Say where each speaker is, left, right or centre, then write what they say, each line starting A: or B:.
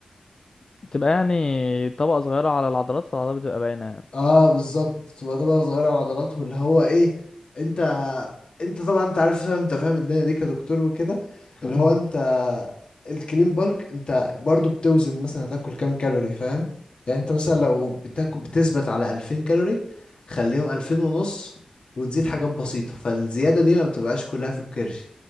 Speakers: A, on the left; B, on the left.
A: بتبقى يعني طبقة صغيرة على العضلات فالعضلات بتبقى باينة يعني
B: اه بالظبط تبقى طبقة صغيرة على العضلات واللي هو ايه انت انت طبعا انت عارف انت فاهم الدنيا دي كدكتور وكده اللي
A: مم.
B: هو انت الكلين بالك انت برضو بتوزن مثلا هتاكل كام كالوري فاهم يعني انت مثلا لو بتاكل بتثبت على 2000 كالوري خليهم 2000 ونص وتزيد حاجات بسيطة فالزيادة دي ما بتبقاش كلها في الكرش